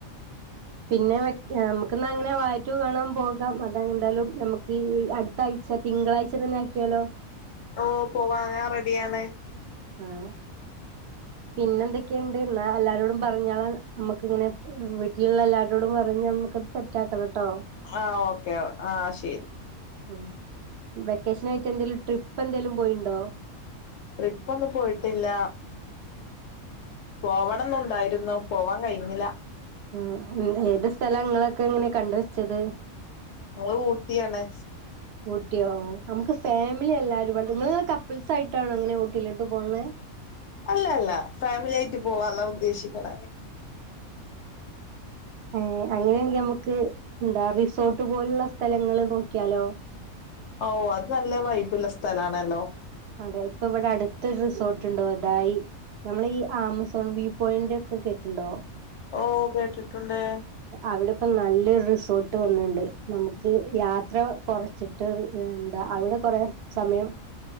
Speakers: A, on the right (about 60°); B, on the left (about 60°).
A: പിന്നെ നമുക്കിന്ന് അങ്ങനെ വാ ഴ ടു കാണാൻ പോകാം അതാ എന്തായാലും നമുക്ക് അടുത്താഴ്ച തിങ്കളാഴ്ച തന്നെ ആക്കിയാലോ
B: ഓ പോവാം ഞാൻ റെഡിയാണ്
A: ആഹ് പിന്നെ എന്തൊക്കെയുണ്ട് എന്നാ എല്ലാരോടും പറഞ്ഞാള് നമ്മുക്ക് ഇങ്ങനെ വീട്ടിലുള്ള എല്ലാവരോടും പറഞ്ഞ് നമുക്കത് സെ സെറ്റ് ആക്കണം ട്ടോ
B: ആ ഓക്കെ ആ ശരി
A: ഉം വെക്കേഷൻ ആയിട്ട് എന്തെലും ട്രിപ്പ് എന്തേലും പോയിണ്ടോ
B: ട്രിപ്പ് ഒന്നും പോയിട്ടില്ല പോവണമെന്നുണ്ടായിരുന്നു പോവാൻ കഴിഞ്ഞില്ല
A: ഉം ഏത് സ്ഥലംങ്ങളൊക്കെ എങ്ങനെ കണ്ടുവെച്ചത്
B: ഞങ്ങള് ഊട്ടിയാണ്
A: ഊട്ടിയോ നമുക്ക് ഫാമിലി എല്ലാവരും പാടെ നിങ്ങള് കപ്പിൾസ് ആയിട്ടാണോ അങ്ങനെ ഊട്ടിയിലോട്ട് പോകുന്നത്
B: അല്ല അല്ല ഫാമിലി ആയിട്ട് പോവാ എന്നാ ഉദ്ദേശിക്ക്ണ
A: ഏ അങ്ങനെയാണെങ്കിൽ നമുക്ക് എന്താ റിസോർട്ട് പോലുള്ള സ്ഥലങ്ങള് നോക്കിയാലോ
B: ഓ അത് നല്ല വൈബ് ഉള്ള സ്ഥലാണല്ലോ
A: അതെ ഇപ്പൊ ഇവിടെ അടുത്തൊരു റിസോർട്ട് ഉണ്ട് ഒതായി നമ്മൾ ഈ ആമസോൺ വ്യൂ പോയിന്റ് ഒക്കെ കേട്ടിണ്ടോ
B: ഓ കേട്ടിട്ടുണ്ട്
A: അവിടെ ഇപ്പം നല്ലൊരു റിസോർട്ട് വന്ന്ണ്ട് നമുക്ക് യാത്ര കുറച്ചിട്ട് എന്താ അവിടെ കുറേ സമയം